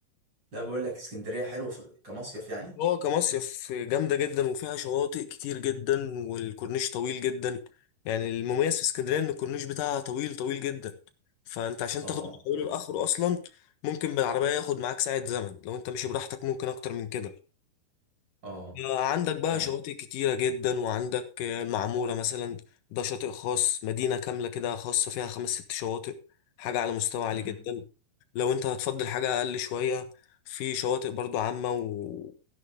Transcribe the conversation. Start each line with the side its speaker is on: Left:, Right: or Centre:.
Right: لا بقول لك اسكندرية حلوة في... كمصيف يعني
Left: اه كمصيف جامده جدا وفيها شواطئ كتير جدا والكورنيش طويل جدا يعني المميز في اسكندريه ان الكورنيش بتاعها طويل طويل جدا فانت عشان
Right: اه
Left: تاخده من اوله لاخره اصلا ممكن بالعربيه ياخد معاك ساعه زمن لو انت ماشي براحتك ممكن اكتر من كده
Right: اه
Left: عندك بقى
Right: يعني
Left: شواطئ كتيرة جدا وعندك آه، المعمورة مثلا ده شاطئ خاص مدينة كاملة كده خاصة فيها خمس ست شواطئ حاجة على مستوى عالي
Right: مم.
Left: جدا لو انت هتفضل حاجة أقل شوية في شواطئ برضو عامة و...